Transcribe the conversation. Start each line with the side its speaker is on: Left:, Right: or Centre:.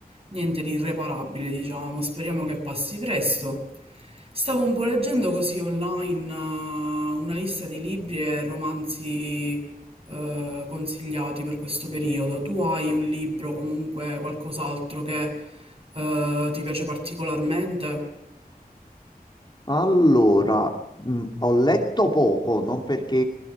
Right: niente di irreparabile, diciamo, speriamo che passi presto. Stavo un po' leggendo così online eh, una lista di libri e romanzi eh, consigliati per questo periodo. Tu hai un libro, comunque qualcos'altro che eh, ti piace particolarmente?
Left: Allora, mh, ho letto poco, non perché